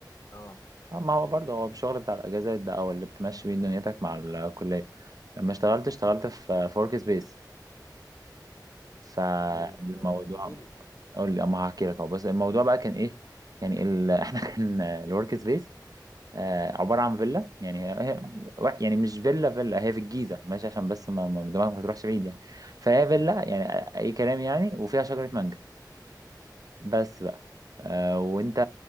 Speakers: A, on the left (about 45°); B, on the right (about 55°).
A: اه
B: آه، ما هو برضه هو الشغل بتاع الاجازات ده او اللي بتمشي بيه دنيتك مع الكليه لما اشتغلت اشتغلت في فورك سبيس فالموضوع
A: طيب آه، احكي لي
B: اقول لي اما هحكي لك اهو بس الموضوع بقى كان ايه يعني ال... <laughs> احنا كان الورك سبيس آه، عبارة عن فيلا يعني هي هي- وا- يعني مش فيلا فيلا هي في الجيزة ماشي عشان بس ما ما- دماغك ما تروحش بعيد يعني فهي فيلا يعني أي كلام يعني وفيها شجرة مانجا بس بقى آه، وأنت